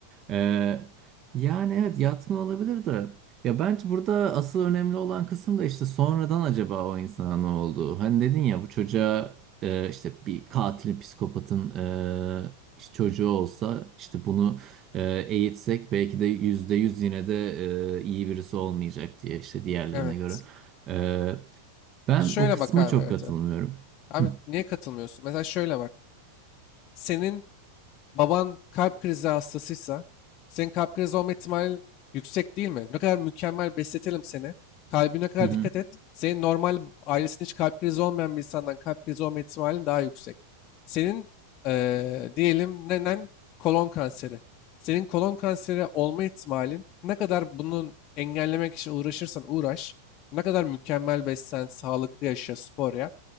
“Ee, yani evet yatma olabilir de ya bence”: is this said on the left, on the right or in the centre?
Right